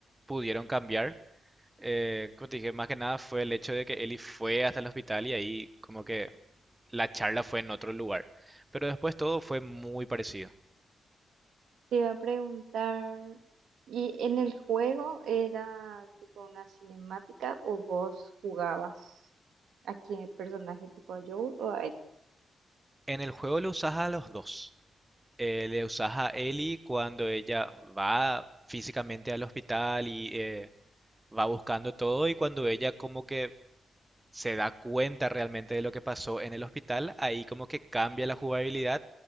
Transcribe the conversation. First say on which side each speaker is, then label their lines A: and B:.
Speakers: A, on the right; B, on the right.
A: pudieron cambiar. Eh, como te dije, más que nada fue el hecho de que Ellie fue hasta el hospital y ahí como que la charla fue en otro lugar. Pero después todo fue muy parecido.
B: Te iba a preguntar, ¿y en el juego era tipo una cinemática o vos jugabas a qué personaje tipo a Joel o a él?
A: En el juego le usas a los dos. Eh, le usas a Ellie cuando ella va físicamente al hospital y eh, va buscando todo y cuando ella como que se da cuenta realmente de lo que pasó en el hospital, ahí como que cambia la jugabilidad